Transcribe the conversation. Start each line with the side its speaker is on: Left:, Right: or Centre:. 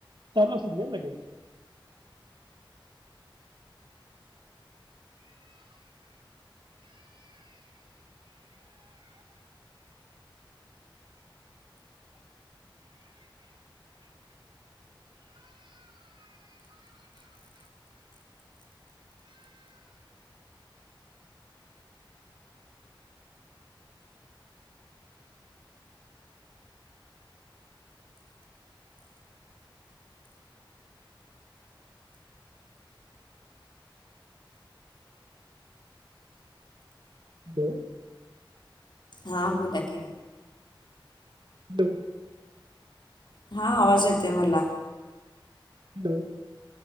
Right: काला सुध घे हॅलो.
Left: हां बोला की.
Right: ह.
Left: हा आवाज येते मला
Right: हॅलो.